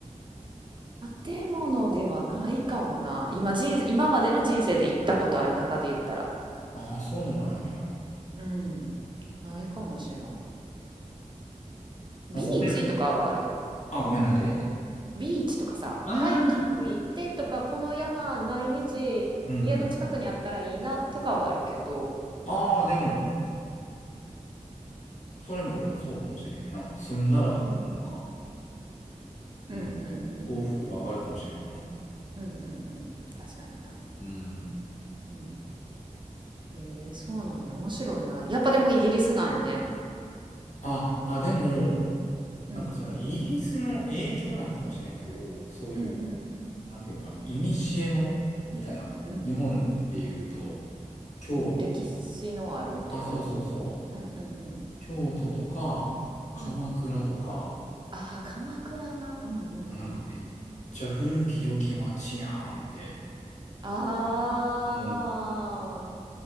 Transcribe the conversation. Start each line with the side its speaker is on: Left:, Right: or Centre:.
Right: 建物ではないかもな。今人、今までの人生で行ったことある中で言ったら。
Left: ああ、そうなんや。
Right: うん、ないかもしらん。
Left: なんか俺、
Right: ビーチとかはある。
Left: あ、ごめんなって。
Right: ビーチとかさ、
Left: ああ。
Right: ハイキング行ってとか、この山毎日家の近くにあったらいいなとかはあるけど。
Left: うんうん。ああ、でも、それもでもそうかもしれんな。住んだら、
Right: うん。
Left: なんか、うん。
Right: うんうんうんうん。
Left: 幸福度上がるかもしれんな。
Right: うんうんうん。確かにな。
Left: うん。
Right: うん。へえ、そうなんや。面白いな。やっぱでもイギリスなんやね。
Left: あ、あ、でも、
Right: うん、
Left: なんかそのイギリスの影響なんかもしれへんけど、そういう、
Right: うんうん
Left: なんていうんかな、古の、みたいな。
Right: うん。
Left: 日本で言うと、京都。
Right: うん、歴史のあるところ。
Left: あ、そうそうそう。
Right: うんうんう
Left: 京都とか、鎌倉とか、
Right: ん。うんああ、鎌倉な。うんうんうん。
Left: あ、なんかめっちゃ古き良き街やんって。
Right: うん。ああ。
Left: もう、